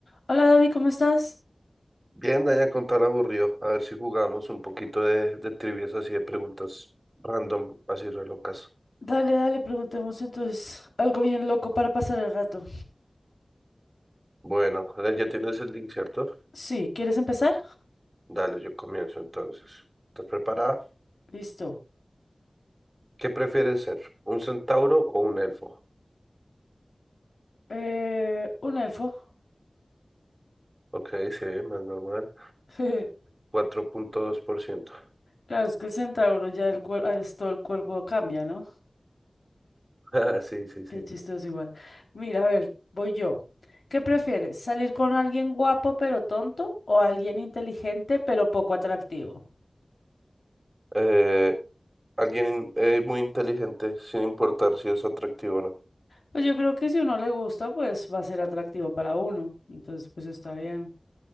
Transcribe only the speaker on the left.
Hola David, ¿cómo estás?
Dale, dale, preguntemos entonces algo bien loco para pasar el rato.
Sí, ¿quieres empezar?
Listo.
Eh, un elfo.
<laughs>
Claro, es que el centauro ya el cuerpo, todo el cuerpo cambia, ¿no?
Qué chistoso igual. Mira, a ver, voy yo. ¿Qué prefieres? ¿Salir con alguien guapo pero tonto o alguien inteligente pero poco atractivo?
Pues yo creo que si uno le gusta, pues va a ser atractivo para uno. Entonces, pues está bien.